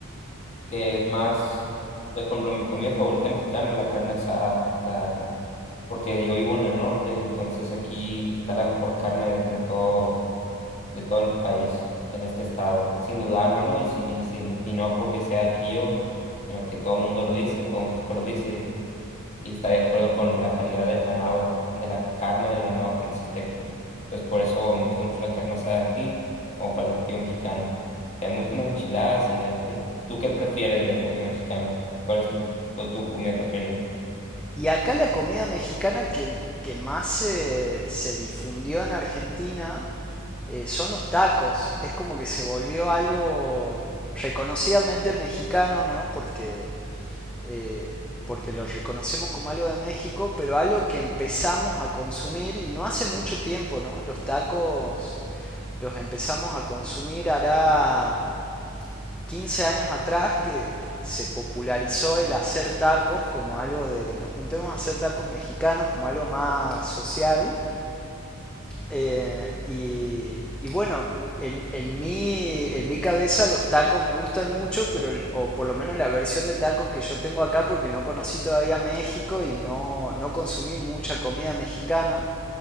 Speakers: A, on the left; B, in the centre.
A: que es más, pues por ejemplo, mi comida favorita mexicana, la carne asada, la, la- porque yo vivo en el norte y entonces aquí está la mejor carne de, todo de todo el país en este estado, sin dudarlo, ¿no? Y, sin, y, sin, y no porque sea aquí yo, sino que todo el mundo lo dice, todo México lo dice y, y está de acuerdo con la calidad del ganado, de la carne del ganado que existe aquí. Entonces por eso me gusta mucho la carne asada aquí, como platillo mexicano. También me gustan las enchiladas y de este. ¿Tú qué prefieres de comida mexicana? ¿Cuál es tu, tu comida preferida?
B: Y acá la comida mexicana que, que más se, se difundió en Argentina eh, son los tacos. Es como que se volvió algo reconocidamente mexicano, ¿no? Porque, eh, porque lo reconocemos como algo de México, pero algo que empezamos a consumir y no hace mucho tiempo, ¿no? Los tacos los empezamos a consumir hará 15 años atrás que se popularizó el hacer tacos como algo de nos juntemos a hacer tacos mexicanos como algo más social Eh, y, y bueno en, en mi, en mi cabeza los tacos me gustan mucho, pero o por lo menos la versión de tacos que yo tengo acá porque no conocí todavía México y no, no consumí mucha comida mexicana.